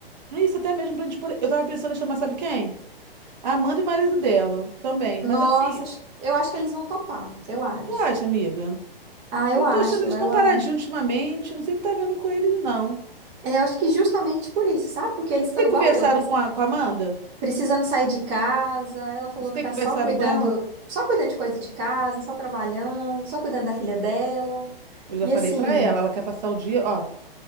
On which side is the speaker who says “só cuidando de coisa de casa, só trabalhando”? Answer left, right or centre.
Right